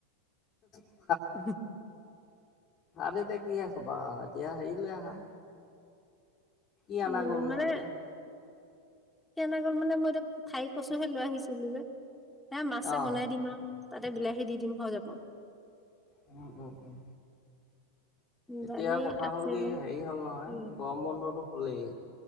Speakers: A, on the left (about 30°); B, in the centre.
A: হ
B: উহ
A: আৰু এতিয়া কিহে খবা এতিয়া হেৰি লৈ আহা ই আমাৰ
B: উম
A: গ'ল নহয়
B: মানে
A: এতিয়া
B: কেনে গল মানে মই এইটো ঠাই কছোহে লৈ আহিছিলো যে। এ মাছে
A: অঁ
B: বনাই দিম আৰু তাতে বিলাহী দি দিম হৈ যাব।
A: উম উম উম। এতিয়া
B: দালি
A: কথা
B: আছে
A: হ'ল কি হেৰি হ'ল নহয়
B: উম।
A: গৰম বন্ধতটো হলেই।